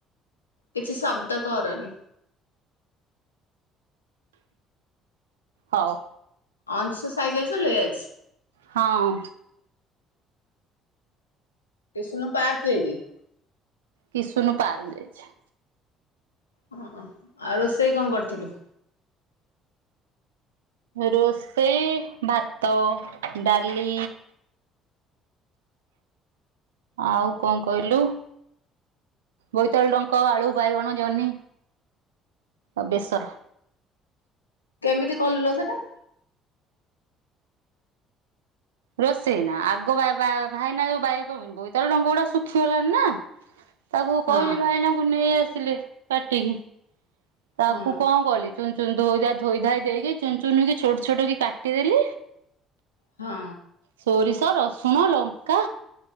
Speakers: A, on the left (about 85°); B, on the right (about 75°).
A: କିଛି ଶବ୍ଦ କର ନି?
B: ହଉ।
A: ଅଂଶୁ ସାଇକେଲ ଚଲେଇଯାଇଛି।
B: ହଁ।
A: ଏ ସୁନ ପାଚ ହେଇଛି।
B: କିସୁନୁ ପାର୍କ ଯାଇଛି।
A: ହଁ ଆଉ ରୋଷେଇ କଣ କରିଥିଲୁ?
B: ରୋଷେଇ ଭାତ ଡାଲି। ଆଉ କଣ କହିଲୁ ବୋଇତାଳୁ ଡଙ୍କ ଆଳୁ ବାଇଗଣ ଜହ୍ନି ଆଉ ବେସର।
A: କେମିତି କଲୁଲୋ ସେଟା।
B: ରୋଷେଇ ନା ଆଗ ଭା -ଭା-ଭାଇନା ଯଉ ବାୟକ ହବନି ବୋଇତାଳୁ ଡଙ୍ଗ ଗୁଡା ଶୁଖିଗଲାଣି ନା। ତାକୁ
A: ହଁ
B: କହିଲି ଭାଇନାଙ୍କୁ ନେଇ ଆସ ଥିଲେ କାଟି କି। ତାକୁ
A: ହଁ
B: କଣ କଲି? ଚୁନ ଚୁନ ଧୋଇ ଧା ଧୋଇ ଧାଇ ଦେଇକି ଚୁନ ଚୁନ କି ଛୋଟ ଛୋଟ କି କାଟିଦେଲି।
A: ହଁ।
B: ସୋରିଷ ରସୁଣ ଲଙ୍କା